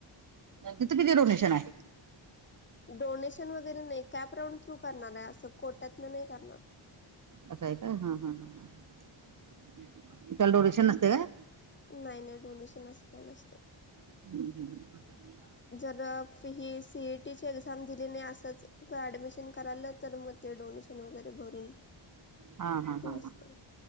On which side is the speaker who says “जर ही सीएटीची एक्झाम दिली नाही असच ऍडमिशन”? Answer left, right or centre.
Left